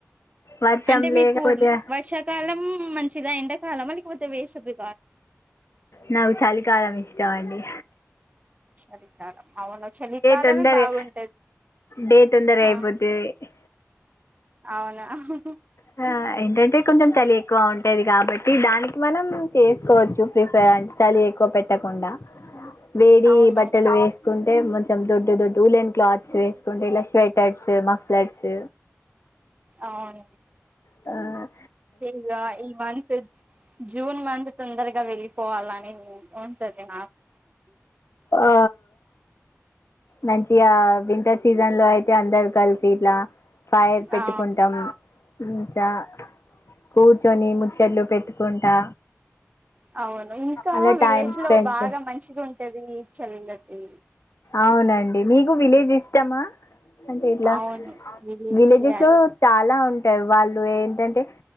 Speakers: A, on the left (about 70°); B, on the right (about 30°).
A: వర్షం
B: అంటే
A: లేకపోతే
B: మీకు వర్షాకాలం మ్ మంచిగా ఎండాకాలమని కొద్ది వేసపే
A: నావు చలికాలం ఇది చాన్ని
B: చలికాలం అవును చలికాలమే
A: తొందరగా
B: బాగుంటది
A: డే తొందరగా అయిపోతుంది
B: ఆ అవునా హా హా
A: ఆ, ఏంటంటే కొంచెం చలి ఎక్కువ ఉంటది కాబట్టి దానికి మనం చేసుకోవచ్చు ప్రిఫర్ చలి ఎక్కువ పెట్టకుండా వేడి
B: అవును
A: బట్టలు వే ఉంటే కొంచెం దొడ్డు దొడ్డు ఉలిన్ క్లాత్స్ వేసుకుంటే ఇలా స్వెటర్స్ మఫ్లర్స్
B: అవును
A: ఆ
B: ఇంగ ఈ మంత్ జూన్ మంత్ తొందరగా వెళ్ళిపోవాలని ఉంటుది నాకు
A: ఆ మంచిగా వింటర్ సీజన్ లో అయితే అందరు కలిసి ఇట్లా ఫైర్ పెట్టుకుంటాము
B: ఆ
A: ఇకా కూర్చొని ముచ్చట్లు పెట్టుకుంటా
B: అవును ఇంకా
A: అలా
B: విలేజ్
A: టైం స్పెండ్
B: లో బాగా
A: చే
B: మంచిది ఉంటది చలే గట్టి
A: అవునండి మీకు విలేజ్ ఇష్టమా అంటే ఇట్లా
B: అవును విలేజ్
A: విలేజెస్
B: అని
A: లో చాలా ఉంట వాళ్ళు ఏంటంటే